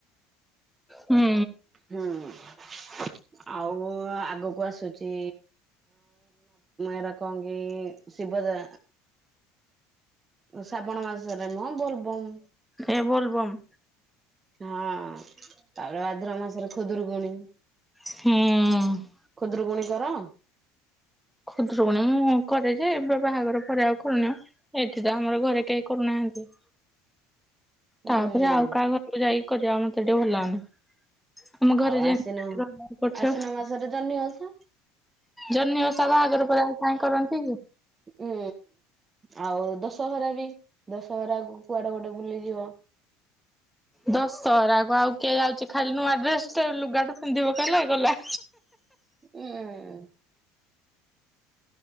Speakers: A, in the centre; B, on the right.
A: ହୁଁ।
B: ହୁଁ। ଆଉ ଆଗକୁ ଆସୁଛି। ଏରା କଣ କି ଶିବ ପୂଜା। ଶ୍ରାବଣ ମାସରେମ ବୋଲବମ୍।
A: ଏ ବୋଲବମ।
B: ହଁ ତାପରେ ଭାଦ୍ରବ ମାସରେ ଖୁଦୁୁରୁକୁଣି।
A: ହୁଁ।
B: ଖୁଦୁରୁକୁଣିଙ୍କର।
A: ଖୁଦରୁକୁଣି ମୁଁ କରେ ଯେ ଏବେ ବାହାଘର ପରେ ଆଉ କରୁନି ଆଉ। ଏଠିତ ଆମର ଘରେ କେହି କରୁନାହାନ୍ତି।
B: ହୁଁ
A: ତାପରେ ଆଉ କାହା ଘରକୁ ଯାଇକି କରିବା ମତେ ଟିକେ ଭଲ ଲାଗୁନି। ଆମ ଘରେ
B: ଆଉ
A: ଯେ
B: ଆଶ୍ଵିନ
A: କରୁଚ
B: ଆଶ୍ଵିନ ମାସରେ ଜହ୍ନି ଓଷା।
A: ଜହ୍ନିଓଷା। ବାହାଘର ପରେ କାହିଁ କରନ୍ତି କି।
B: ହୁଁ। ଆଉ ଦଶହରା ବି ଦଶହରା କୁଆଡେ ଗୋଟେ ବୁଲିଯିବ। ହଁ।
A: ଦଶହରାକୁ ଆଉ କିଏ ଯାଉଛି ଖାଲି ନୂଆ ଡ୍ରେସଟେ ଲୁଗାଟେ ପିନ୍ଧି ପକେଇହେଲେ ଗଲା।
B: ହ୍ନୁ।